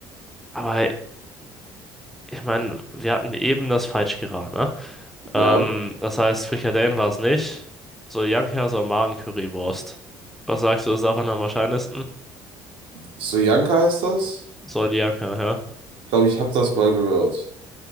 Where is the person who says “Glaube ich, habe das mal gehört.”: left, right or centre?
Right